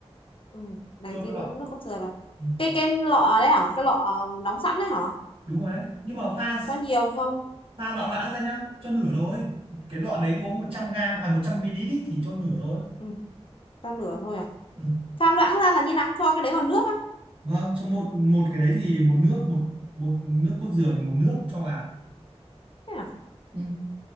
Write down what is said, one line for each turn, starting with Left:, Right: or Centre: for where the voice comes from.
Left: ừ đánh
Right: cho loãng
Left: tí nữa nước cốt dừa vào
Right: ừ,
Left: cái cái lọ đấy hả cái lọ ờ, đóng sẵn đấy hả
Right: đúng rồi đấy nhưng mà pha
Left: cho nhiều không
Right: pha loãng loãng ra nhá cho nửa thôi cái lọ đấy có một trăm gram à 100 ml ý, thì cho nửa thôi
Left: ừ cho nửa thôi à
Right: Ừ.
Left: pha loãng ra là như nào cho cái đấy vào nước á
Right: Vâng, cho một một cái đấy thì một nước một một nước cốt dừa thì một nước cho vào.
Left: Thế à?
Right: Ừ.